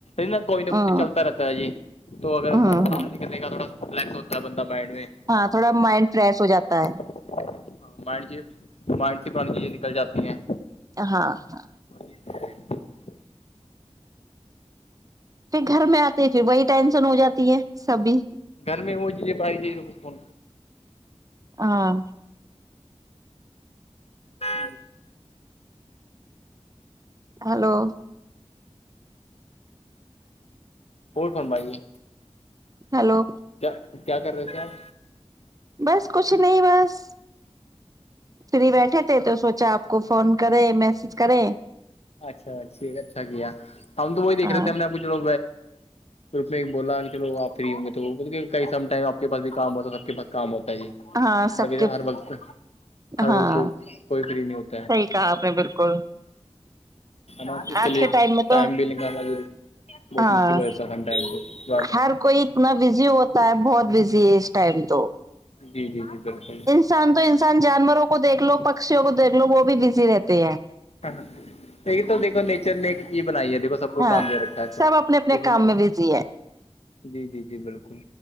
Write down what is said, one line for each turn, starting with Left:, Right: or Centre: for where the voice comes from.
Left: ن کوئی نہ کوئی
Right: ہوں
Left: چلتا رہتا ہے جی تو اگر
Right: ہوں
Left: باہر
Right: ہوں
Left: نے کا تھوڑا رییکس ہوتا ہے بندہ مائنڈ میں
Right: ہاں تھوڑا مائنڈ فریش ہو جاتا ہے
Left: ہاں مائنڈ مائنڈ سے پرانی چیزیں نکل جاتی ہیں
Right: ہاں ہاں
Left: ج <unintelligible>
Right: پھر گھر میں آتے پھر وہی ٹینشن ہو جاتی ہے سبھی
Left: گھر میں ہوجیے پڑائی دی کچھ ف
Right: ہاں
Left: ہاں
Right: ہلو
Left: پٹ ممبائی ہے
Right: ہیلو
Left: کیا کیا کر رہے تھے آپ
Right: بس کچھ نہیں بس فری بیٹھے تھے تو سوچا آپ کو فون کرے میسج کرے
Left: اچھاھ اچھا کیا ہم تو وہی دیکھ
Right: ہاں
Left: رہے ہم نے آب کو چلو گروپ میں ایک بولا کہ چلو آپ فری ہوں گے تو وہ بول کے کہئی سم ٹائم آ کے پاس بھی کام ہوتا تو سب کے پس کام ہوتا ہے جی
Right: ہاں سب
Left: ہر
Right: کے
Left: ہر وقت ہر
Right: ہاں
Left: وقت کو کوئی فری نہیں ہوتی
Right: صحیح کہا آپ نے بالکل
Left: نا اس کے
Right: آج
Left: لیے
Right: میں
Left: ٹائم
Right: تو
Left: بھی نکالنا بہت
Right: ہاں
Left: مشکل ہو جاتا ہے س تھینک یو
Right: ہر کوئی اتنا بزی ہوتا ہے بہت بزی ہے اس ٹائم تو
Left: جی جی جی بالکل
Right: انسان تو انسان جانوروں کو دیکھ لو پکشیوں کو دیکھ لو وہ بھی بزی رہتے ہیں
Left: ہاں یہ تو دیکھو نیچر نے ایک یہ بنائی ہے دیکھو سب کو
Right: ہاں
Left: کام دے رکھا ہے تو
Right: سب اپنے اپنے
Left: کسی
Right: کام
Left: نے کہ
Right: میں بزی ہے
Left: جی جی جی بالکل